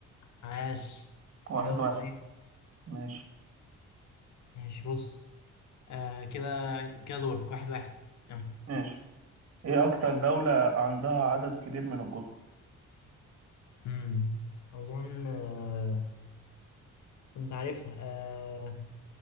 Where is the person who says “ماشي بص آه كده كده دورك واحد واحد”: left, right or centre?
Left